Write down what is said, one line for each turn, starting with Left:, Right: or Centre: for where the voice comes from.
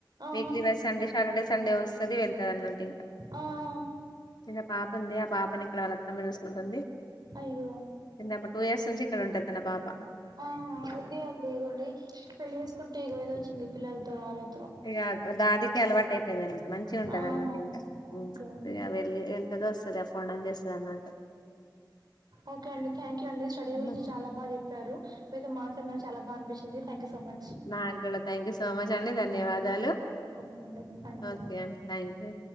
Right: ఆహా!
Left: వీక్లీ వై సండే సాటర్డే సండే వస్తుది వెళ్ కదన్నట్ ఇంకా
Right: ఆహా!
Left: చిన్న పాప ఉంది ఆ పాపని ఇక్కడ వాళ్ళ అత్తమ్మ చూసుకుంటుంది
Right: అయ్యో!
Left: చిన్నప్పుడు టూ ఇయర్స్ నుంచి ఇక్కడ ఉంటాది తన పాప
Right: ఆ ఇదే అండి ఇగోండి పెళ్లి చేేసుకుంటే ఇగో ఇది వచ్చింది పిల్లలతో వాళ్ళతో
Left: ఇక దాదికి అలవాటు అయిపోయింది అనట మంచిగ ఉంటది
Right: ఆహా
Left: అన్నమాట ఇంకా
Right: ఓకే
Left: ఇక వెళ్ళి వెళ్తుద వస్తుంది అసలే అప్ అండ్ డౌన్ చేస్తారు అన్నా
Right: ఓకే అండి, థ్యాంక్ యూ అండి, స్టడీ
Left: హ్మ్.
Right: గురించి చాలా బా జేప్పారు. మీతో మాట్లాడిన, చాల బా అనిపింది. థ్యాంక్ సో మచ్
Left: నాక్ గుడా థ్యాంక్ యూ సో మచ్ అండి, ధన్యవాదాలు.
Right: ఓకే అండి థ్యాంక్
Left: ఓకే
Right: యూ
Left: అండి థ్యాంక్ యు.